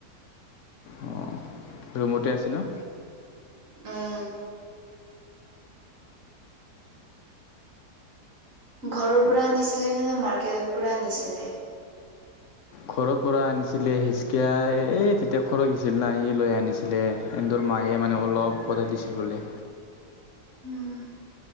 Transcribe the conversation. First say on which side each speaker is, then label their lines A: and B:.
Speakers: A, on the left (about 70°); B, on the right (about 50°).
A: অ ৰুমতে আছে ন?
B: উম। ঘৰৰ পৰা আনিছিলে নে, নে মাৰ্কেটৰ পৰা আনিছিলে?
A: ঘৰ পৰা আনিছিলে হিচকায়, এই তেতিয়া খৰছিল না এ লৈ আনিছিলে। সেহেন্তৰ মায়ে মানে অলপ <unintelligible> দিছিল বোলে
B: উম।